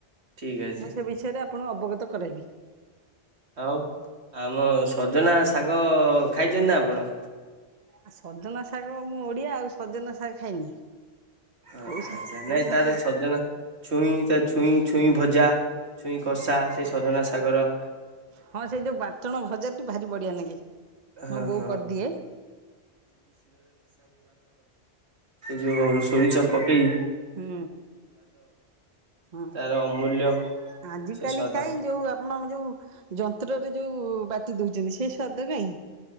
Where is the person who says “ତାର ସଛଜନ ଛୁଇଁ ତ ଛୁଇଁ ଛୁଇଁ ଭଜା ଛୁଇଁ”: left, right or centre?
Right